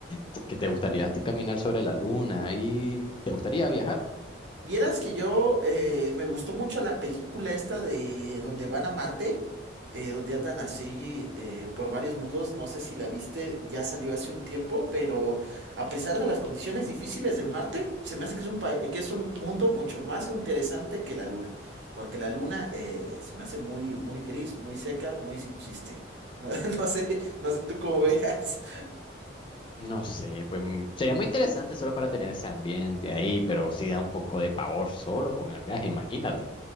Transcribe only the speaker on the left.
¿Tú- ¿Qué te gustaría a ti caminar sobre la luna? ¿Y te gustaría viajar?
No sé, pues mm, sería muy interesante solo para tener ese ambiente ahí, pero sí da un poco de pavor solo con el viaje, imagínate.